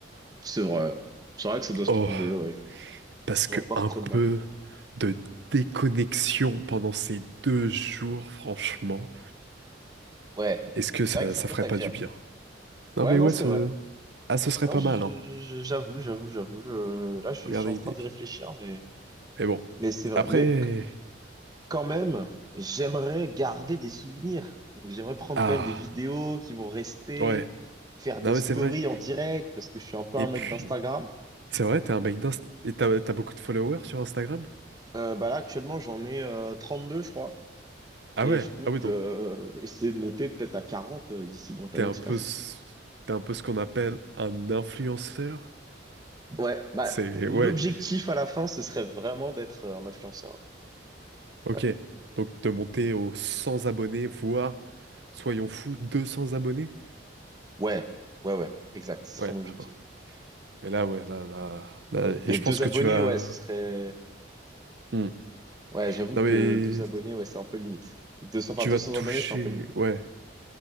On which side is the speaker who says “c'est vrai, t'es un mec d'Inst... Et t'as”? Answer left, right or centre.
Right